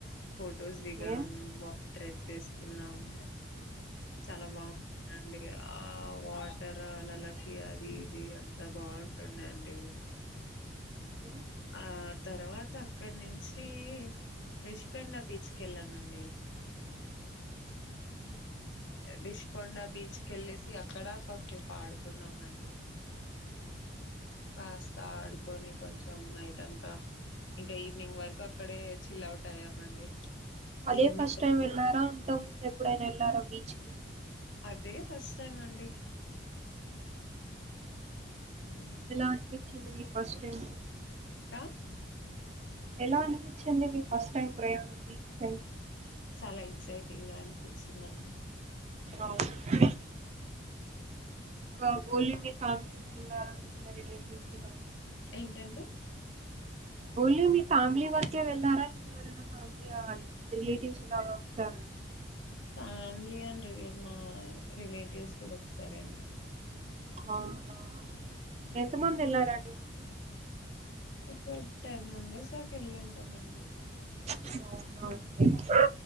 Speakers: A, on the left; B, on the right.
A: ఫోటోస్ దిగామ్
B: ఏ
A: బా ట్రేక్ తీసుకున్నామ్ చాలా బాగుంటందండి ఆ వాటర్ అలాలసి అది ఇది అంత బాఉంటుండే అండి
B: ఓకే
A: ఆ తర్వాత అక్కడి నుంచి రిషికొండ బీచ్కి వెళ్ళామండి. రిష్ికొండ బీచ్ క వెళ్ళేసి అక్కడసేపు ఆడుకున్నామండి కాస్త ఆడుకొని కొంచెం నైట్ అంతా ఇంకా ఈవినింగ్ వరకు అక్కడే చిల్ అవుట్ అయ్యామండి.
B: అదే
A: ఈవినింగ్
B: ఫస్ట్ టైమ్ వెళ్ళారా అంతకు ముందు ఎప్పుడైనా వెళ్ళారా బీచ్కి కి
A: అదే ఫస్ట్ టైం అండి హ్మ్
B: ఎలాఅనిపిన్ చింది మీకు ఫస్ట్ టైం
A: ఆ
B: ఎలా అనిపించింది మీ ఫస్ట్ టైం ప్రయాణం బీచ్ సడ్
A: చాలా ఎక్సైటింగ్ గా అనిపించింది అండి.
B: అవునా ఇంకా ఓన్లీ మీ ఫ్యామిలీ నే వెళ్లారా రిలేటివ్స్ ఇలా
A: ఏంటండి
B: ఓన్లీ మీ ఫ్యామిలీ వరకే వెళ్ళారా లేదా ఎవరైనా ఫ్యామిలీ రిలేటివ్స్ లాగా వచ్చారాటు.
A: ఫ్యామిలీ అండి మా రిలేటివ్స్ కూడా వచ్చారంండి.
B: అవునా ఎంత మంది వెళ్లారండి మొత్తం
A: ఒక టెన్ మెంబెర్స్ దక వెళ్ళింటామండి.
B: అవునా అండి.